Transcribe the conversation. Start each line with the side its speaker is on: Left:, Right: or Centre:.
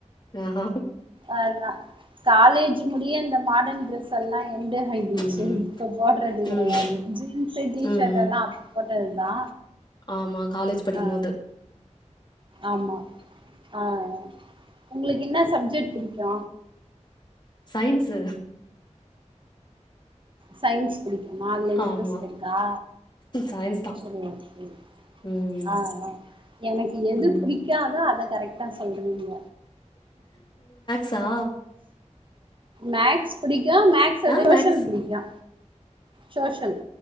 Left: ஆ ஹா
Right: அதா காலேஜ் முடிய இந்த மாடன் ட்ரெஸெல்லா எண்டு ஹைடுச்சு
Left: ம்
Right: இப்ப போட்றது
Left: ம்
Right: கெடையாது ஜீன்ஸு டீஷர்டெல்லா
Left: ம் ம்
Right: போட்டதுதா
Left: ஆமா காலேஜ் படிக்கு
Right: ஆ
Left: மோது
Right: ஆமா ஆ ஆ உங்ளுக்கு இன்ன சப்ஜெக்ட் புடிக்கு
Left: சைன்ஸு
Right: சைன்ஸ் புடிக்குமா அதுல இன்ட்ரெஸ்ட்
Left: ஆமா
Right: இருக்கா
Left: சயின்ஸ் தா
Right: செரி ஓகே
Left: ம்
Right: ஆ ஆ எனக்கு எது
Left: ம்
Right: புடிக்காதோ அத கரெக்டா சொல்றீங்க
Left: சா
Right: மேக்ஸ் புடிக்கு மேக்ஸ விட
Left: ஆ
Right: சோஷியல்
Left: மேக்ஸ்
Right: புடிக்கு சோஷல்